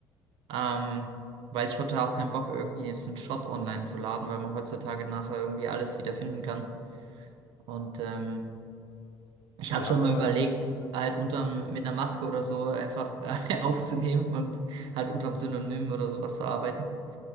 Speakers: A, on the right; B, on the left.
A: Ähm, weil ich hatte auch keinen Bock, irgendwie jetzt einen Shot online zu laden, weil man heutzutage nachher irgendwie alles wiederfinden kann. Und ähm, ich hatte
B: Wir
A: schon
B: haben
A: mal
B: damals,
A: überlegt, halt unterm, mit einer Maske oder so einfach äh, <laughs> aufzunehmen und halt unterm Synonym oder sowas zu arbeiten.